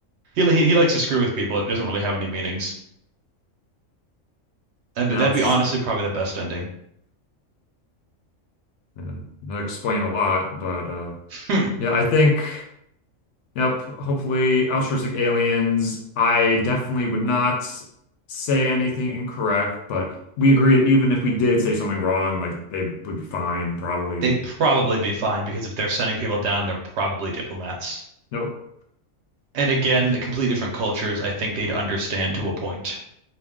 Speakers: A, on the right; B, on the left.
A: He li- he, he likes to screw with people. It doesn't really have any meanings. That'd
B: That's
A: be, that'd be honestly probably the best ending.
B: uh, that explain a lot, but uh,
A: Hmm.
B: yeah, I think. Yep. Hopefully, altruistic aliens. I definitely would not say anything incorrect, but we agree that even if we did say something wrong, like they would be fine, probably.
A: They'd probably be fine because if they're sending people down, they're probably diplomats.
B: Nope.
A: And again, completely different cultures. I think they'd understand to a point.